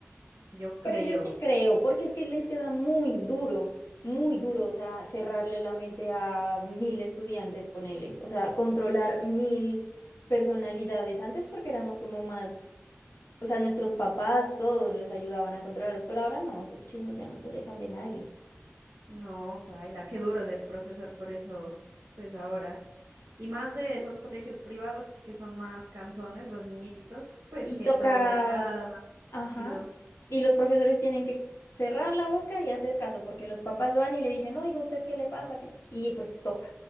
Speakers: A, on the right; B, on the left.
A: Yo creo.
B: Pero yo sí creo, porque es que les queda muy duro, muy duro, o sea, cerrarle la mente a mil estudiantes, ponele, o sea, controlar mil personalidades. Antes porque éramos como más, o sea, nuestros papás todos les ayudaban a controlarlos, pero ahora no, esos chinos ya no se dejan de nadie.
A: No, paila, qué duro ser profesor por eso, pues ahora. Y más de
B: ¿Mm?
A: esos colegios privados que son más canzones, los niñitos, pues
B: Y
A: que
B: toca
A: todos le han dado más consentidos.
B: Ajá. Y los profesores tienen que cerrar la boca y hacer caso, porque los papás van y le dicen, oiga, ¿usted qué le pasa? ¿Qué-?" Y pues toca,